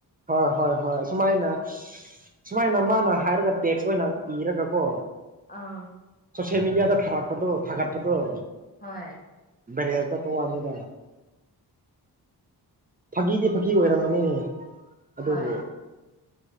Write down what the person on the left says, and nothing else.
ꯑꯥ꯫
ꯍꯣꯏ꯫
ꯍꯣꯏ